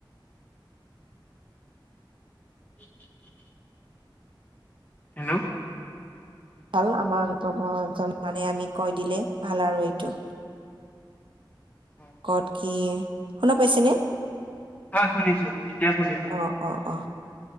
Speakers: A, on the left; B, on the right.
A: <unintelligible> হেল্ল
B: ভাল আমাৰ নতুন প্ৰজন্ম মানে আমি কৈ দিলে ভাল আৰু এইটো
A: হয়
B: কত কি শুনা পাইছেনে
A: হয় শুনিছো এতিয়া শুনিছো
B: অ অ অ